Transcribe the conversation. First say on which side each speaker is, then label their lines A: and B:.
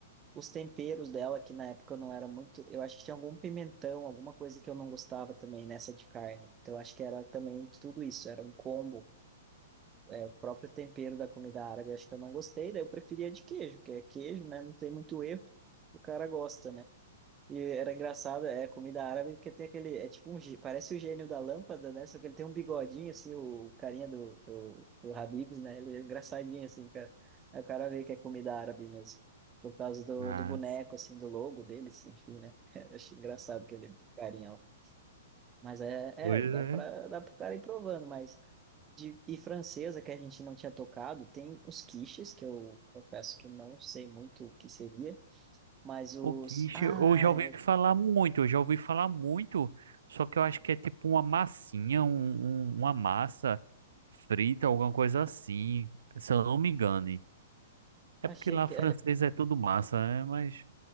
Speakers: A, on the right; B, on the right.
A: os temperos dela, que na época eu não era muito. Eu acho que tinha algum pimentão, alguma coisa que eu não gostava também nessa de carne. Então eu acho que era também tudo isso, era um combo. O próprio tempero da comida árabe, acho que eu não gostei, daí eu preferia de queijo, que é queijo, né? Não tem muito erro, o cara gosta, né? E era engraçado, é comida árabe, porque tem aquele, é tipo um, gê- parece o gênio da lâmpada, né? Só que ele tem um bigodinho, assim, o carinha do, do, do Habib's, né? Ele é engraçadinho, assim, cara. Aí o cara vê que é comida árabe mesmo, por causa do,
B: Ah,
A: do boneco, assim, do logo dele, assim, enfim, né? <laughs> Eu acho engraçado aquele carinha lá. Mas é,
B: Pois
A: é dá
B: é.
A: para dá para o cara ir provando, mas de e francesa que a gente não tinha tocado, tem os quiches, que eu confesso que não sei muito o que seria, mas os
B: O quiche,
A: ah,
B: eu já ouvi
A: é,
B: falar muito, eu já ouvi falar muito, só que eu acho que é tipo uma massinha, um, um- uma massa frita, alguma coisa assim, se eu não me engane.
A: achei
B: É porque lá
A: que
B: francês
A: ela
B: é tudo massa, né? Mas